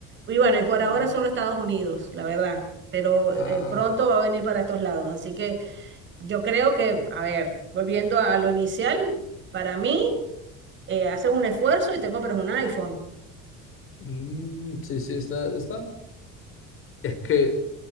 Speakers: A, on the right; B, on the left.
A: Y bueno, y por
B: Ah,
A: ahora solo Estados Unidos, la verdad. Pero
B: ah,
A: eh, pronto va a venir para estos lados. Así que yo creo que, a ver, volviendo a lo inicial, para mí, eh, haces un esfuerzo y te compras un iPhone.
B: mm, sí, sí, está, está. Es que